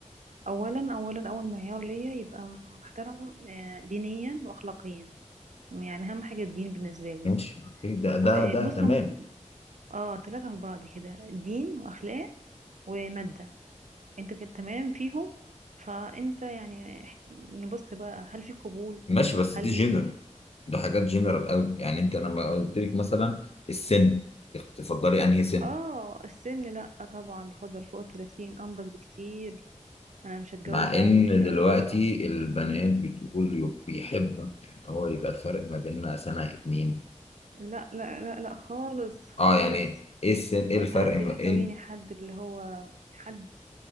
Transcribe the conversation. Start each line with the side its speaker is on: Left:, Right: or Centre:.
Right: اولا اولا اول معيار ليا يبقى محترم آه، دينيا واخلاقيا يعني اهم حاجة الدين بالنسبة لي
Left: ماشي اوكي ده
Right: آه،
Left: ده ده
Right: بص
Left: تمام
Right: هم اه ثلاثة في بعض كده دين واخلاق ومادة انت كنت تمام فيهم فانت يعني اح- نبص بقى هل في قبول
Left: ماشي بس
Right: هل
Left: دي جنرال ده حاجات جنرال قوي يعني انت لما قلت لك مثلا السن تفضلي انهي سن
Right: اه السن لا طبعا بفضل فوق الثلاثين انضج بكتير انا مش هتجوز
Left: مع ان
Right: عيل في الاخر
Left: دلوقتي
Right: لا
Left: البنات بتقول يو- بيحبوا ان هو يبقى الفرق ما بيننا سنة اتنين
Right: لا لا لا لا خالص خالص
Left: اه يعني ايه السن ايه
Right: عايزة
Left: الفرق
Right: حد
Left: ما
Right: يحتويني
Left: إيه ال-
Right: حد اللي هو حد